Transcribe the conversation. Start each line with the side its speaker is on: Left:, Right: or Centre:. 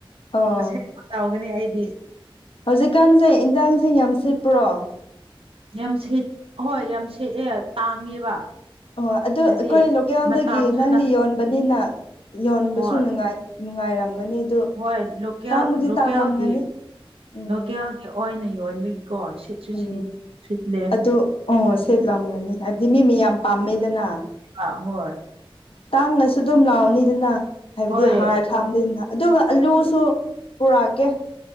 Left: ꯑꯥ
Right: ꯑꯁꯦꯡꯕ ꯇꯧꯒꯅꯤ ꯑꯩꯗꯤ
Left: ꯍꯧꯖꯤꯛꯀꯥꯟꯁꯦ ꯏꯟꯖꯥꯡꯁꯦ ꯌꯥꯝ ꯁꯤꯠꯄ꯭ꯔꯣ
Right: ꯌꯥꯝ ꯁꯦꯠ ꯍꯣꯏ ꯌꯥꯝ ꯁꯦꯠꯑꯦ ꯇꯥꯡꯉꯦꯕ
Left: ꯑꯣ ꯑꯗꯨ
Right: ꯍꯥꯏꯗꯤ
Left: ꯑꯩꯈꯣꯏ ꯂꯣꯀꯦꯜꯗꯒꯤ
Right: ꯃꯇꯝꯁꯨ
Left: ꯅꯪꯅ
Right: ꯅ
Left: ꯌꯣꯟꯕꯅꯤꯅ ꯌꯣꯟꯕꯁꯨ
Right: ꯍꯣꯏ
Left: ꯅꯨꯉꯥꯏ ꯅꯨꯡꯉꯥꯏꯔꯝꯒꯅꯤ ꯑꯗꯨ
Right: ꯍꯣꯏ ꯂꯣꯀꯦꯜ
Left: ꯇꯥꯡꯕꯨꯗꯤ
Right: ꯂꯣꯀꯦꯜꯒꯤ
Left: ꯇꯥꯡꯔꯝꯒꯅꯤ ꯎꯝ
Right: ꯂꯣꯀꯦꯜꯒꯤ ꯑꯣꯏ ꯅ ꯀꯣ ꯁꯤꯠꯁꯩ
Left: ꯎꯝ
Right: ꯁꯤꯠ ꯁꯤꯠꯂꯦ
Left: ꯑꯗꯨ ꯑꯣ ꯁꯦꯠꯂꯝꯒꯅꯤ ꯍꯥꯏꯕꯗꯤ ꯃꯤ ꯃꯤ ꯌꯥꯝ ꯄꯥꯝꯃꯦꯗꯅ
Right: ꯑꯥ ꯍꯣꯏ
Left: ꯇꯥꯡꯅꯁꯨ ꯑꯗꯨꯝ ꯂꯥꯎꯅꯤ ꯑꯗꯨꯅ ꯍꯥꯏꯕꯗꯤ
Right: ꯍꯣꯏ
Left: ꯍꯥꯔ ꯊꯥꯝꯗꯅ ꯑꯗꯨꯒ ꯑꯂꯨꯁꯨ ꯄꯨꯔꯛꯀꯦ